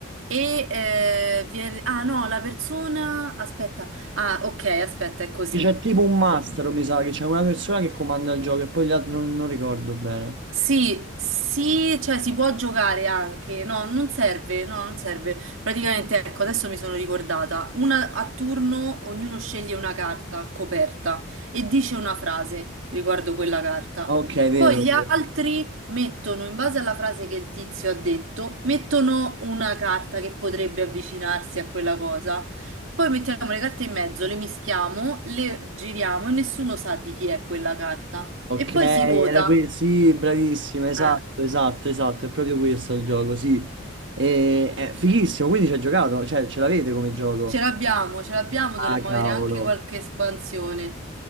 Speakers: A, on the right; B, on the right.
A: E eh, viene... Ah no, la persona... Aspetta. Ah, ok, aspetta, è così.
B: c'è tipo un mastro, mi sa, che c'è una persona che comanda il gioco e poi gli altri non, non ricordo bene.
A: Sì, sì, cioè si può giocare anche, no, non serve, no, non serve. Praticamente, ecco, adesso mi sono ricordata, una, a turno ognuno sceglie una carta coperta e dice una frase riguardo quella carta.
B: Ok, vero,
A: Poi gli
B: vero.
A: altri mettono, in base alla frase che il tizio ha detto, mettono una carta che potrebbe avvicinarsi a quella cosa. Poi mettiamo le carte in mezzo, le mischiamo, le giriamo e nessuno sa di chi è quella carta.
B: Ok,
A: E poi
B: era
A: si vota.
B: questo, sì, bravissima, esatto,
A: Eh.
B: esatto, esatto, è proprio questo il gioco, sì. E, è fighissimo, quindi ci hai giocato, cioè ce l'avete come gioco?
A: Ce l'abbiamo, ce l'abbiamo,
B: Ah,
A: dovremmo
B: cavolo.
A: avere anche qualche espansione.